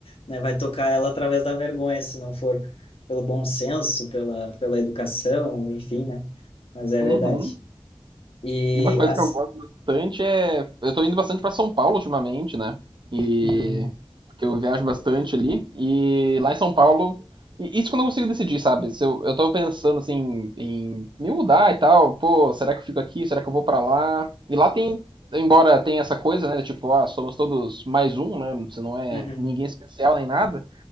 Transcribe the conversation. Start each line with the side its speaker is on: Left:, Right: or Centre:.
Left: né? Vai tocar ela através da vergonha, se não for pelo bom senso, pela, pela educação, enfim, né? Mas é
Right: Uhum.
Left: verdade. E
Right: E uma coisa
Left: as.
Right: que eu gosto bastante é. Eu tô indo bastante pra São Paulo ultimamente, né? E.
Left: Uhum,
Right: Porque eu viajo bastante ali. E lá em São Paulo. e Isso que eu não consigo decidir, sabe? Se eu, eu tô pensando assim em me mudar e tal. Pô, será que eu fico aqui? Será que eu vou pra lá? E lá tem. Embora tenha essa coisa, né? Tipo, ah, somos todos mais um, né? Você não é
Left: uhum,
Right: ninguém especial nem nada.